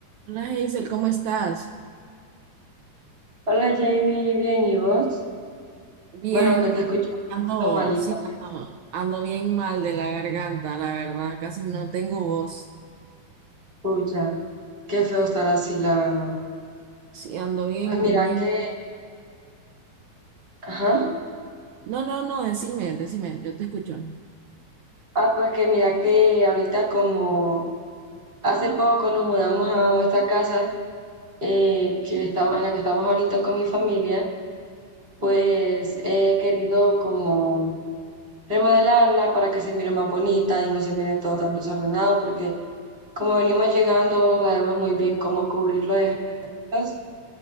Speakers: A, on the right; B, on the right.
A: Hola Hazel, ¿cómo estás?
B: Hola Jamie, bien, ¿y vos?
A: Bien,
B: Bueno, que te
A: fí-
B: escucho un poquito
A: ando,
B: malita,
A: sí, ando, ando bien mal de la garganta, la verdad, casi no tengo voz.
B: pucha. Qué feo estar así, la verdad.
A: Sí, ando bien,
B: Pues mira
A: bien.
B: que, ajá.
A: No, no, no, decime, decime, yo te escucho.
B: Ah, pues que mira que ahorita como hace poco nos mudamos a esta casa eh, que estamos, en la que estamos ahorita con mi familia, pues he querido como remodelarla para que se mire más bonita y no se mire todo tan desordenado porque como venimos llegando no sabemos muy bien cómo cubrir los espacios